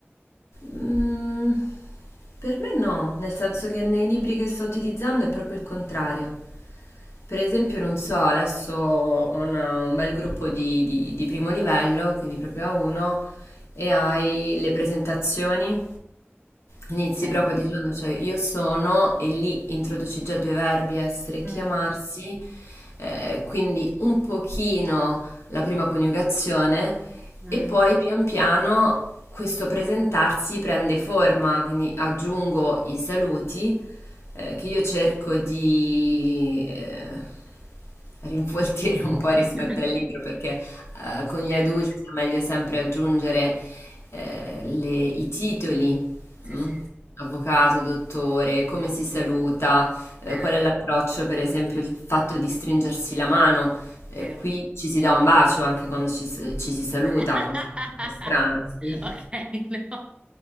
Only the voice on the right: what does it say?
Ok.
Mm.
Mm.
<laughs>
Sì,
sì,
sì,
sì,
sì.
<laughs>
Ok, no.